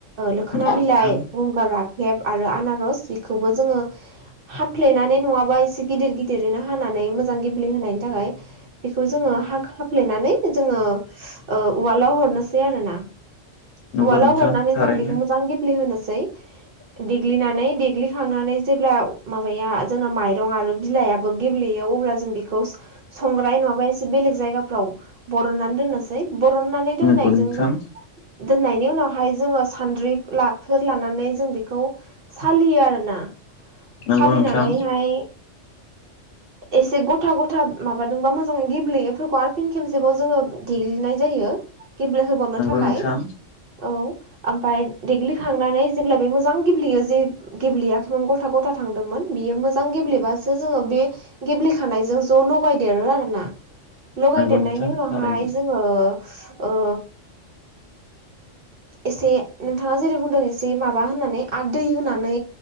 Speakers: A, on the right; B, on the left.
A: लोखोना
B: नंगौ
A: बिलाइ
B: नोंथां
A: गंगा राग हेब आरो आनारस बेखौबो जोङो हाफ्लेनानै नङाबा एसे गिदिर गिदिरैनो हानानै मोजां गेब्ले होनायनि थाखाय बेफोर जोङो लैनानै जोङो उवालाव हरनोसै आरो ना
B: नंगौ
A: उवालाव
B: नोंथां
A: हरनानै
B: थारैनो
A: जों बेखौ मोजां गेब्लेहोनोसै देग्लिनानै देग्लिखांनानै जेब्ला माबाया जोंना माइरं आरो बिलाइआ गेबेयो अब्ला जों बेखौ संग्राय नङाबा एसे बेलेग जायगाफ्राव बरनानै दोननोसै बरननानै दोननायजोंल'
B: नंगौ नोंथां
A: दोननायनि उनावहाय जोङो सानद्रिफोर लानानै जों बेखौ सालियो आरो ना
B: नंगौ
A: सालिनानैहाय
B: नोंथां
A: एसे गथा गथा माबादोंबा मोजाङै गेब्लेयोफोरखौ आरो फिन खेबसेबाव जोङो देनाय जायो गेब्ले होबावनो
B: नंगौ
A: थाखाय
B: नोंथां
A: औ ओमफाय देग्लिखांनानै जेब्ला बे मोजां गेब्लेयो जे गेब्लेयाखैमोन गथा गथा थांदोंमोन बियो मोजां गेब्लेबासो जोङो बे गेब्लेखानायजों ज' लगायदेरो आरोोना लगायदेरनायनि
B: नंगौ नोंथां
A: उनावहाय
B: थारैनो
A: जों ओ ओ एसे नोंथाङा जेरै बुंदों एसे माबा होननानै आरो दै होनानै